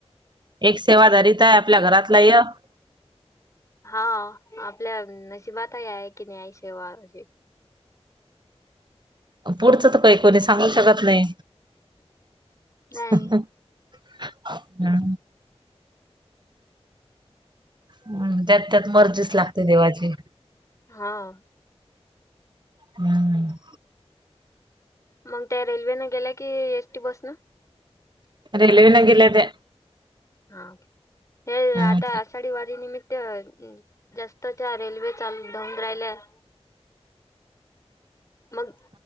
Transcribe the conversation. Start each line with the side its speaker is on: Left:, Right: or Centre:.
Right: एक सेवाधारी... तं हाये... आपल्या घरातला यक
Left: हा, आपल्या नशिबातही... आहे की नई आईसेवा अशी.
Right: पुढचं तर काई, कुणी सांगू शकत नई.
Left: नाही.
Right: हम्म. हम्म, त्यात त्यात मर्जीच लागते देवाची.
Left: हां.
Right: हम्म.
Left: मग त्या रेल्वेने गेल्या, की एसटी बसनं?
Right: रेल्वेने गेल्या त्या.
Left: हा ओके... हे
Right: हम्म
Left: आता आषाढी वारी निमित त्या... जास्तच्या रेल्वे चालू... धावू राहिल्या ना. मग...